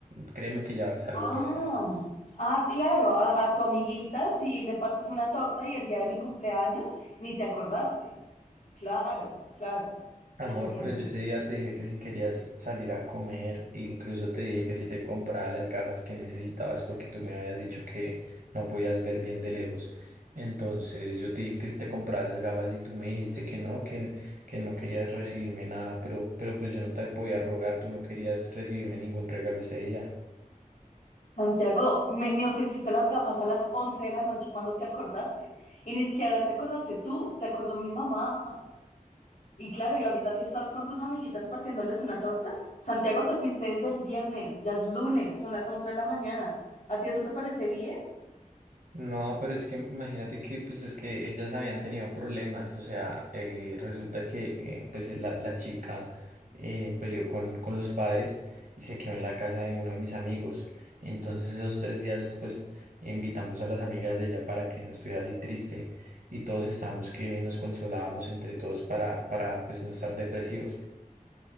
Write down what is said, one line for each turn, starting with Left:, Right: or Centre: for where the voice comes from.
Right: Créeme que ya vas algo
Left: Ah,
Right: para allá.
Left: ah, claro, a, a tu amiguita si le partes una torta y el día de mi cumpleaños ni te acordaste. Claro, claro,
Right: Amor,
Left: ya entiendo.
Right: pero yo ese día te dije que si querías salir a comer, e incluso te dije que si te compraba las gafas que necesitabas porque tú me habías dicho que no podías ver bien de lejos. Entonces yo te dije que si te compraba esas gafas y tú me dijiste que no, que, que no querías recibirme nada, pero, pero pues yo no te podía rogar, tú no querías recibirme ningún regalo ese día.
Left: Santiago, me, me ofreciste las gafas a las 11 de la noche cuando te acordaste. Y ni siquiera te acordaste tú, te acordó mi mamá. Y claro, y ahorita si estás con tus amiguitas partiéndoles una torta, Santiago, te fuiste desde el viernes, ya es lunes, son las 11 de la mañana. ¿A ti eso te parece bien?
Right: No, pero es que imagínate que pues es que ellas habían tenido problemas, o sea, eh, resulta que eh, pues la, la chica eh, peleó con, con los padres y se quedó en la casa de uno de mis amigos. Entonces esos tres días pues invitamos a las amigas de ella para que no estuviera así triste y todos estábamos que nos consolábamos entre todos para, para pues no estar depresivos.